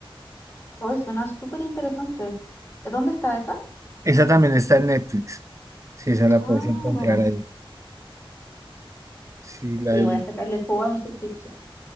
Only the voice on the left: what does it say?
Hoy suena súper interesante. ¿Dónde está esa?
Ah,
buena.
Sí,
voy a sacarle el juego a mi suscripción.